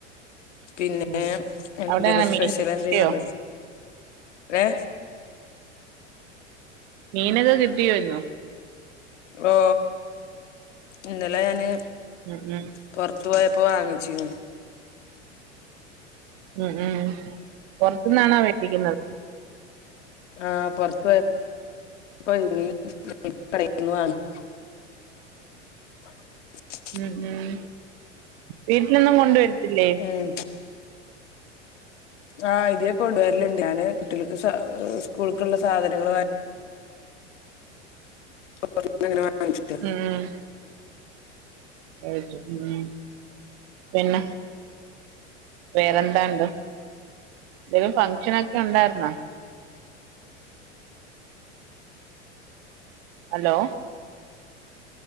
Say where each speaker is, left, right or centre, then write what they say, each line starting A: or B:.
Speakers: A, on the left; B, on the right.
A: പിന്നെ
B: ഉം
A: എന്തെലും
B: അവിടെ എങ്ങനെ
A: സ്പെ
B: മീൻ
A: ഷ്യൽ
B: കിട്ടിയോ
A: എന്തെലും ഉണ്ടോ? ഏ
B: മീനൊക്കെ കിട്ടിയോ ഇന്ന്‌
A: ഓ ഇന്നെലെ ഞാന്
B: ഉം ഉം
A: പൊർ ത്തു പോയപ്പോ വാങ്ങിച്ചിന്ന്
B: ഉം ഉം പുറത്തുന്നാണോ വെട്ടിക്കുന്നത്
A: ആഹ് പൊർ ത്ത് പൊ പൊര് ങ്ങി കടീന്ന് വാങ്ങി <inaudible>
B: ഉം ഉം വീട്ടിലൊന്നും കൊണ്ടുവരത്തില്ലേ?
A: ഉമ് ആഹ് ഇത്യേ കൊണ്ടുവരലുണ്ട് ഞാന് കുട്ടികൾക്ക് സ സ്കൂൾക്കുള്ള സാധനങ്ങളു വ <unintelligible>
B: ആഹ് <unintelligible> ഉം പിന്നെ വേറെന്താണ്ട് എന്തെലും ഫങ്ഷനൊക്കെ ഉണ്ടായിരുന്നോ? അ ലോ.